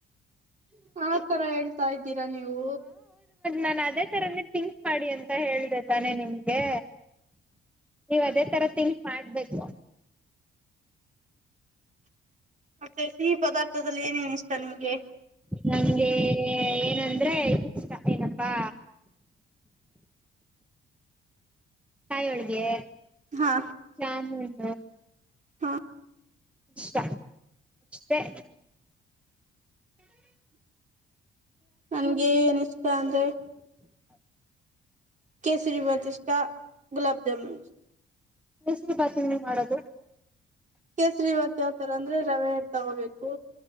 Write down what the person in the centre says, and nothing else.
ನಾನು ಅದೇ ತರನೇ ತಿಂಕ್ ಮಾಡಿ ಅಂತ ಹೇಳ್ದ ತಾನೆ ನಿಮ್ಗೆ ನೀವ್ ಅದೇ ತರ ತಿಂಗ್ಸ್ ಮಾಡ್ಬೇಕು
ನಮ್ಗೆ ಏನಂದ್ರೆ ಇಷ್ಟ ಏನಪ್ಪಾ ಕಾಯೊಳ್ಗೆ
ಜಾಮೂನ್
ಷ್ಟಷ್ಟ
ಕೇಸರಿ ಬಾತನ್ನು ಮಾಡೋದು